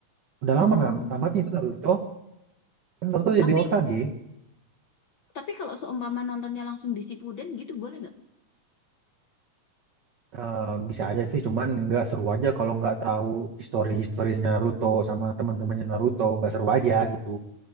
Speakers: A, on the right; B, on the left.
A: udah lama
B: Oh,
A: nah, tamatnya itu Naruto. Kan Naruto
B: tapi
A: jadi Hokage.
B: Tapi kalau seumpama nontonnya langsung di Sipuden gitu boleh nggak?
A: Eh, bisa aja sih, cuman nggak seru aja kalau nggak tahu histori-historinya Naruto sama teman-temannya Naruto, nggak seru aja gitu.